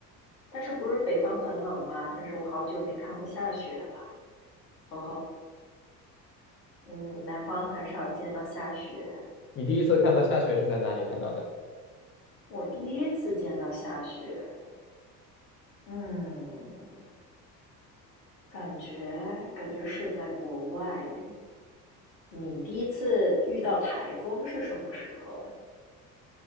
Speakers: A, on the left; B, on the left.
A: 但是不是北方很冷吗？但是我好久没看过下雪了。哦吼，嗯，南方很少见到下雪，
B: 你第一次看到下雪是在哪里看到的？
A: 我第一次见到下雪。嗯，感觉感觉是在国外耶。你第一次遇到台风是什么时候啊？